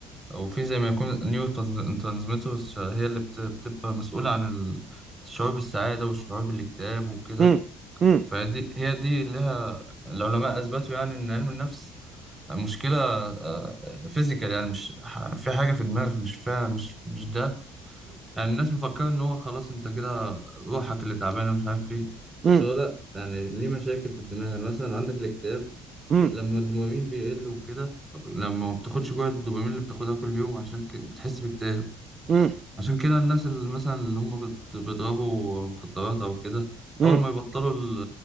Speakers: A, on the right; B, on the right.
A: او في زي ما يكون نيو ترانسميترز هي اللي بت- بتبقى مسؤولة عن ال- الشعور بالسعادة والشعور بالاكتئاب وكده
B: مم. مم.
A: فدي هي دي لها العلماء اثبتوا يعني ان علم النفس مشكلة فيزيكال يعني مش ح- في حاجة في دماغ مش فيها مش مش ده يعني الناس مفكرة إن هو خلاص أنت كده روحك اللي تعبانة ومش عارف إيه
B: مم.
A: بس هو لأ يعني ليه مشاكل في الدماغ يعني مثلا عندك الاكتئاب
B: مم.
A: لما الدوبامين بيقل وكده لما ما بتاخدش جرعة الدوبامين اللي بتاخدها كل يوم عشان ك- بتحس باكتئاب
B: مم.
A: عشان كده الناس اللي مثلا اللي هم بت- بيضربوا مخدرات أو كده
B: مم.
A: أول ما يبطلوا ال-